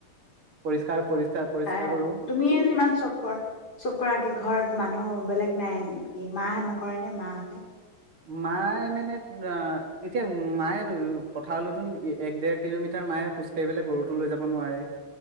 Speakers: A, on the right; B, on the left.
A: পৰিষ্কাৰ, পৰিষ্কাৰ
B: আ,
A: কৰো
B: তুমিয়ে যি ইমান চব কৰা, চব কৰা কি ঘৰত মানুহ বেলেগ নাই? এম, কি মা নকৰে নে মাহঁতে?
A: মায়ে মানে, আ' এতিয়া মায়ে পথাৰলৈতো এক, ডেৰ কিলোমিটাৰ মায়ে, খোজ কাঢ়ি পেলাই গৰুটো লৈ যাব নোৱাৰে।